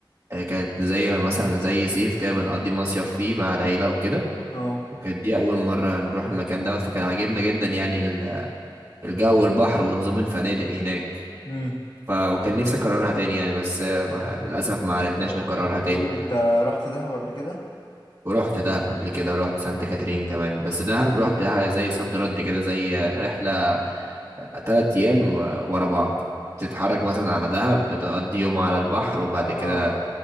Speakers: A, on the right (about 35°); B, on the left (about 60°).
A: آه، كانت زي مثلا زي صيف كده بنقضي مصيف فيه مع العيله وكده
B: اه
A: وكانت دي اول مره نروح المكان دوت فكان عاجبنا جدا يعني ال- الجو والبحر ونظام الفنادق هناك
B: امم
A: ف... وكان نفسي اكررها تاني يعني بس آه، ما... للاسف ما عرفناش نكررها
B: بقول
A: تاني
B: انت رحت دهب قبل كده
A: ورحت دهب قبل كده ورحت سانت كاترين كمان بس دهب رحتها زي صد رد كده زي رحلة تلات أيام ورا بعض تتحرك مثلا على دهب بتقضي يوم على البحر وبعد
B: اه
A: كده